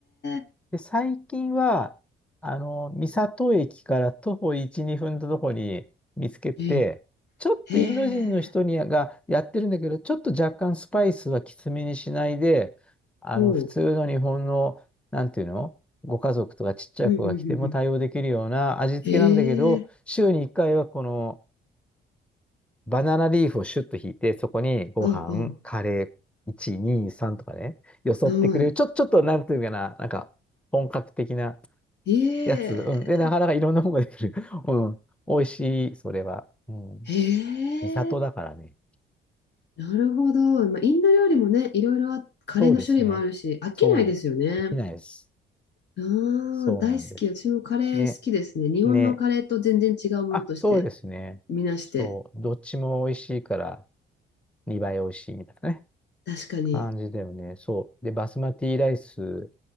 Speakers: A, on the left; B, in the centre.
A: え。
B: で、最近は、あの、三郷駅から徒歩1、2分のとこに見つけて、
A: え、
B: ちょっとインド人の人にがやってるんだけど、
A: へえ。
B: ちょっと若干スパイスはきつめにしないで、あの、
A: ほ
B: 普通の日本の、なんていうのご家族とかちっちゃい子が来ても対応できるような味付けなんだけど、
A: う。うん、うん、うん。へえ。
B: 週に1回はこのバナナリーフをシュッと引いて、そこにご飯、
A: あ、
B: カレー、1、2、3とかね、よそってくれる。
A: あ、はい。
B: ちょ、ちょっとなんていうかな、なんか本格的な
A: え
B: やつ、うん。で、なかなかいろんなものができる。
A: え。
B: <laughs> うん。美味しい、それは。うん。
A: へ
B: 三里だからね。
A: え。なるほど。まあ、インド料理もね、いろいろあカレーの種類もあるし、
B: そうですね。
A: 飽きないですよね。
B: そう。できないです。
A: あ
B: そうなんです。
A: あ、大好き。私もカレー好きですね。
B: ね、
A: 日本のカレーと全然違うものとして
B: ね。あ、そうですね。
A: みなして。
B: そう。どっちも美味しいから、2倍美味しいみたいなね。
A: 確かに。
B: 感じだよね。そう。で、バスマティライス